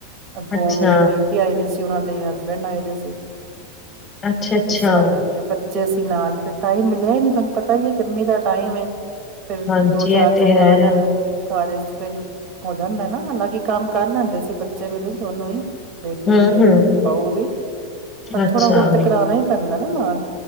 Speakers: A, on the right; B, on the left.
A: ਅਗੋ
B: ਅੱਛਾ
A: ਮੇਰੀ ਬੇਟੀ ਆਈ ਦੀ ਸੀ ਉਹਨਾਂ ਦੇ ਹਸਬੈਂਡ ਆਏ ਦੇ ਸੀ।
B: ਅੱਛਾ ਅੱਛਾ
A: ਇਸ ਤਰ੍ਹਾਂ ਕਰਕੇ ਬਚੇ ਜੇ ਅਸੀ ਨਾਲ ਫਿਰ ਟਾਈਮ ਮਿਲਿਆ ਹੀ ਨਹੀ ਤੁਹਾਨੂੰ ਪਤਾ ਹੀ ਹੈ। ਗਰਮੀ ਦਾ ਟਾਈਮ ਏ। ਫਿਰ
B: ਹਾਂਜੀ
A: ਦੋ ਚਾਰ
B: ਇਹ ਤੇ
A: ਜਣੇ
B: ਹੈ
A: ਆ ਜਾਣਾ। ਕਾਰਜ ਫਿਰ ਹੋ ਜਾਦਾ ਨਾ ਹਾਲਾਂਕਿ ਕੰਮ ਕਰ ਲੈਦੇ ਸੀ ਬੱਚੇ ਮੇਰੇ ਦੋਨੋ ਹੀ। ਬੇਟੀ
B: ਹੂੰ
A: ਵੀ ਤੇਰੀ
B: ਹੂੰ
A: ਬਊ ਵੀ ਪਰ
B: ਅੱਛਾ
A: ਥੋੜਾ ਬਹੁਤਾ ਕਰਾਉਣਾ ਹੀ ਪੈਦਾ ਨਾ ਨਾਲ।